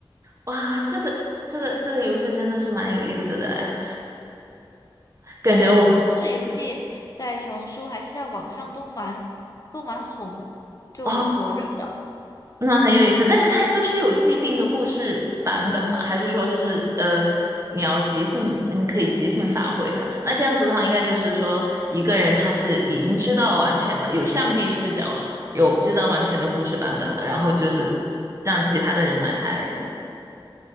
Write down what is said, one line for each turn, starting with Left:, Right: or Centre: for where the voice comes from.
Right: 哇，这个这个这个游戏真的是蛮有意思的哎，感觉我们。
Left: 对，它这个游戏在小红书还是在网上都蛮都蛮红的就火热的。
Right: 哦那很有意思，但是它就是有既定的故事版本嘛？还是说就是呃，你要即兴，你可以即兴发挥的？那这样子的话，应该就是说一个人他是已经知道完全的，有上帝视角了，有知道完全的故事版本了，然后就是让其他的人来猜而已。